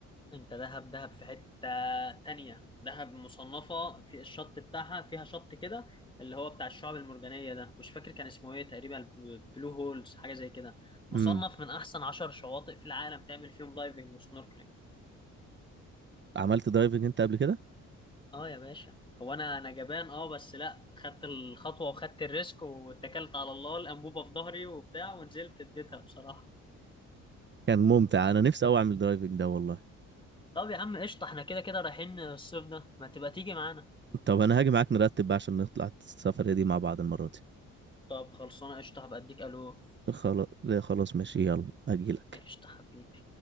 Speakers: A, on the left; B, on the right.
A: انت دهب دهب في حتة تانية دهب مصنفة في الشط بتاعها فيها شط كده اللي هو بتاع الشعب المرجانية ده مش فاكر كان اسمه ايه تقريبا الب- بلو هولز حاجة زي كده مصنف
B: امم.
A: من احسن عشر شواطئ في العالم تعمل فيهم دايفنج وسنوركلينج
B: عملت درايفنج انت قبل كده
A: اه يا باشا هو انا انا جبان اه بس لا خدت الخطوة وخدت الريسك واتكلت على الله الانبوبة في ظهري وبتاع ونزلت اديتها بصراحة
B: كان ممتع انا نفسي اوي اعمل درايفنج ده والله
A: طب يا عم قشطة احنا كده كده رايحين الصيف ده ما تبقى تيجي معانا
B: طب انا هاجي معاك نرتب بقى عشان نطلع السفرية دي مع بعض المرة دي
A: طب خلصانة قشطة هبقى اديك الو
B: خلاص لا خلاص ماشي يلا هجيلك
A: قشطة حبيبي